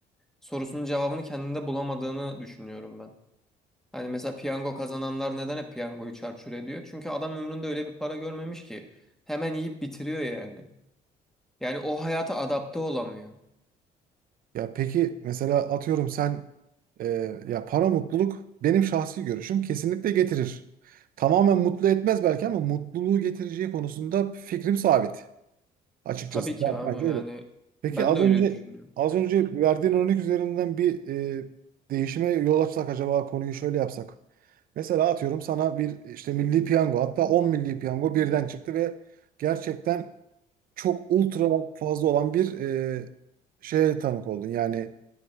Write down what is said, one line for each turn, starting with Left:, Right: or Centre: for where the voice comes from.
Centre: sorusunun cevabını kendinde bulamadığını düşünüyorum ben. Hani mesela piyango kazananlar neden hep piyangoyu çarçur ediyor? Çünkü adam ömründe öyle bir para görmemiş ki. Hemen yiyip bitiriyor yani. Yani o hayata adapte olamıyor.
Right: Ya peki mesela atıyorum sen e, ya para mutluluk benim şahsi görüşüm kesinlikle getirir. Tamamen mutlu etmez belki ama mutluluğu getireceği konusunda fikrim sabit. Açıkçası
Centre: Tabii ki
Right: ben,
Centre: abi
Right: bence
Centre: yani
Right: öyle. Peki
Centre: ben
Right: az
Centre: de öyle
Right: önce
Centre: düşünüyorum.
Right: az önce verdiğin örnek üzerinden bir e, değişime yol açsak acaba konuyu şöyle yapsak. Mesela atıyorum sana bir işte milli piyango hatta 10 milli piyango birden çıktı ve gerçekten çok ultra fazla olan bir e, şeye tanık oldun. Yani